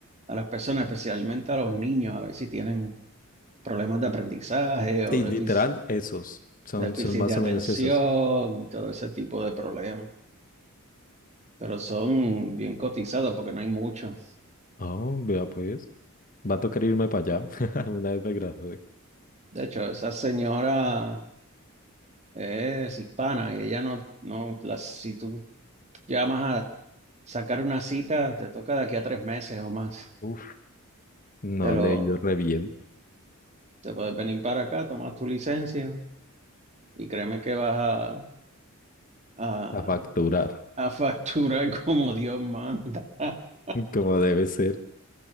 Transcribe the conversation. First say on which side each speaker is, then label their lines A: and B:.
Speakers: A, on the right; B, on the left.
A: a las personas, especialmente a los niños, a ver si tienen problemas de aprendizaje o
B: Sí, literal,
A: défic-
B: esos. Son,
A: déficit
B: son más
A: de atención
B: o menos esos.
A: y todo ese tipo de problemas. Pero son bien cotizados porque no hay mucho.
B: Oh, vea pues. Va a tocar irme para allá. <laughs> Una vez me gradué.
A: De hecho, esa señora es hispana y ella no, no, las si tú Ya más a sacar una cita, te toca de aquí a tres meses o más.
B: Uf, no
A: De lo,
B: le he ido re bien
A: te puedes venir para acá, tomas tu licencia y créeme que vas a, a,
B: a facturar,
A: a <laughs> facturar como Dios manda. <laughs>
B: <laughs> como debe ser.